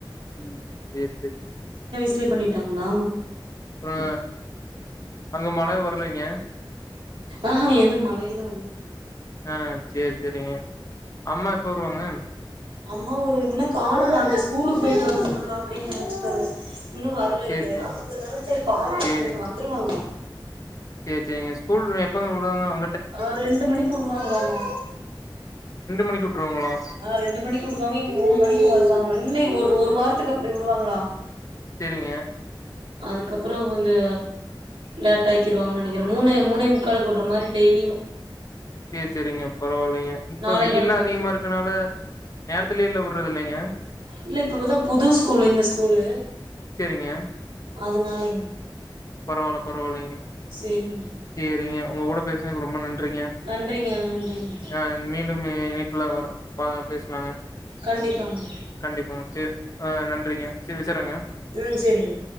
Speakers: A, on the left; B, on the right.
A: ம் சேரி சேரி
B: லயே பண்ணிட்டாங்களா?
A: அப்ற அங்க மழ வரலைங்க
B: ஆஹா எது மழையெல்லா வல்லைங்
A: ஆ சேரி சேரிங்க. அம்மா எப்ப வருவாங்க?
B: அம்மா ஒரு இன்னு காணோங்க அங்க ஸ்கூலுக்கு போயிட்டு வந்துருலா அப்படின்னு நெனைச்சிட்ருந்தே இன்னு வரலைங்களே
A: சேரி சேரிங்க.
B: கொஞ்ச நேரோ செரி பாப்போன்ட்ருக்கே
A: சேரிங்க.
B: வந்துருவாங்க
A: சேரி சேரிங்க ஸ்கூல் எ ப்பங்க விடுவாங்க அ
B: ஆ ரெண்டு மணிக்கு விடுவாங்களாமா
A: மணிக்கு விட்டுருவாங்களா?
B: ஆ ரெண்டு மணிக்கி விடுவாங்க இங்க மூணு மணிக்கி வருவாங்க இல்லைங் ஒரு ஒரு வார த்துக்கு அப்டி விடுவாங்களா
A: செரிங்க
B: அதுக்கப்புறோ கொஞ்சோ லேட் ஆக்கியிருவாங்கன்னு நெனைக்கிறே மூணே மூணே முக்காலுக்கு உடுற மாரி டெய்லியு
A: சேரி செரிங்க பரவால்லைங்க இப்ப
B: நாலே
A: வெயில்லா
B: காலுக்கு
A: அதிகமா
B: வீட்டுக்கு வரு
A: இருக்கனால நேரத்துலயெல்லா விடுறது இல்லைங்க
B: இல்ல இப்பதா புது ஸ்கூலு இந்த ஸ்கூலு
A: சேரிங்க
B: அதனாலைங்
A: பரவால்ல பரவால்லைங்க
B: சேரிங்க
A: சேரிங்க உங்க கூட பேசினதுக்கு ரொம்ப நன் றிங்க
B: நன்றிங்க நன்றிங்க
A: ஆ மீண்டும் இ இணை ப்புல வர வாங்க பேசலாங்க.
B: கண்டிப்பாங்க
A: கண்டிப்பாங்க சேரி ஆ நன்றிங்க. செரி வச்சர்றங்க.
B: ம் செரிங்க